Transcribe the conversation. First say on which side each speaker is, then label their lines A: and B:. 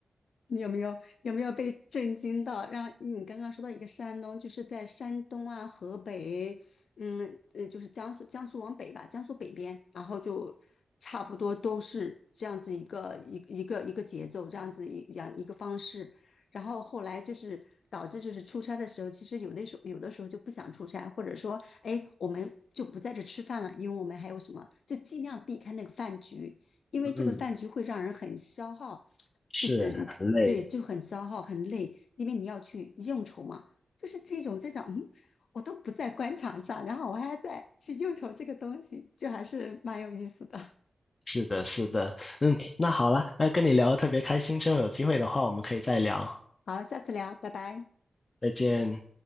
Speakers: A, on the left; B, on the left.
A: 你有没有有没有被震惊到？让你刚刚说到一个山东，就是在山东啊、河北，嗯呃，就是江苏江苏往北吧，江苏北边，然后就差不多都是这样子一个一一个一个节奏，这样子一样一个方式。然后后来就是导致就是出差的时候，其实有的时候有的时候就不想出差，或者说，哎，我们就不在这吃饭了，因为我们还有什么，就尽量避开那个饭局。因为这个饭局会让人很消耗，
B: 嗯，是，
A: 就是你对就很消耗很累，
B: 很累。
A: 因为你要去应酬嘛。就是这种在想，嗯，我都不在官场上，然后我还在去应酬这个东西，就还是蛮有意思的。
B: 是的，是的，嗯，那好了，那跟你聊得特别开心，之后有机会的话，我们可以再聊，
A: 好，下次聊，拜拜。
B: 再见。